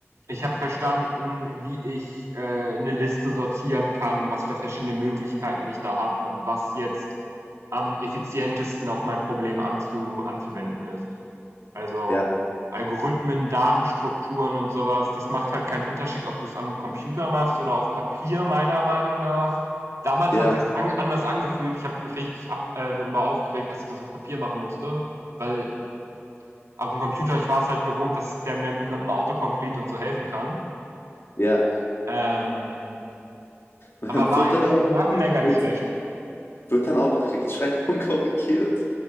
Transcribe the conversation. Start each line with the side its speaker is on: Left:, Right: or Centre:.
Right: ich habe verstanden, wie ich, äh, 'ne Liste sortieren kann, was für verschiedene Möglichkeiten ich da habe und was jetzt am effizientesten auf mein Problem anzu anzuwenden ist.“ also
Left: ja,
Right: Algorithmen, Datenstrukturen und sowas, das macht halt keinen Unterschied, ob du es am Computer machst oder auf Papier, meiner Meinung nach. Damals
Left: ja,
Right: hat sich's an anders angefühlt. Ich habe mich richtig ab äh, darüber aufgeregt, dass ich das auf Papier machen musste, weil auf dem Computer ich war es halt gewohnt, dass der mir mit'm Autocomplete und so helfen kann.
Left: ja.
Right: Ähm,
Left: <laughs>
Right: aber war
Left: Wird
Right: eigentlich
Left: dann auch noch,
Right: im Nachhinein gar
Left: wird,
Right: nicht schlecht.
Left: wird dann auch noch Rechtschreibung <laughs> korrigiert?